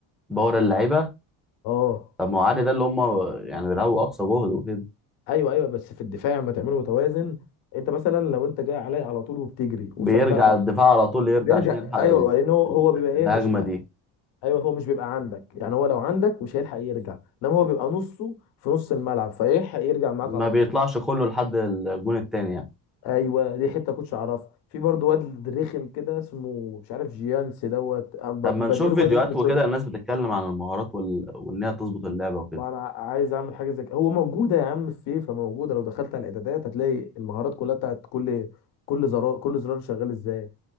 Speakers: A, in the centre; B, on the left.
A: باور اللعيبه
B: اه
A: طب ما هو عالي ده اللي هم يعني بيلعبوا اقصى جهد وكده
B: ايوه ايوه بس في الدفاع ما تعمله متوازن انت مثلا لو انت جاي عليا على طول وبتجري
A: بيرجع
B: وسبقت على
A: الدفاع
B: طول
A: على طول يرجع
B: بيرجع
A: عشان يلحق ال-
B: ايوه لان هو
A: ال-
B: هو بيبقى ايه
A: الهجمه
B: مش ف...
A: دي
B: ايوه هو مش بيبقى عندك يعني هو لو عندك مش هيلحق يرجع انما هو بيبقى نصه في نص الملعب فيلحق يرجع معاك
A: ما
B: على
A: بيطلعش
B: طول
A: كله لحد الجون التاني يعني
B: ايوه دي حته كنتش اعرفها في برضه واد رخم كده اسمه مش عارف جيانس دوت أنا ب-
A: طب ما نشوف
B: بديله
A: فيديوهات
B: بقى اسمه
A: وكده
B: شوت
A: الناس بتتكلم عن المهارات وال... وان هي تظبط اللعبه وكده
B: ما انا عايز اعمل حاجه زي كده هو موجوده يا عم في فيفا موجوده لو دخلت على الاعدادات هتلاقي المهارات كلها بتاعت كل كل زرار كل زرار شغال ازاي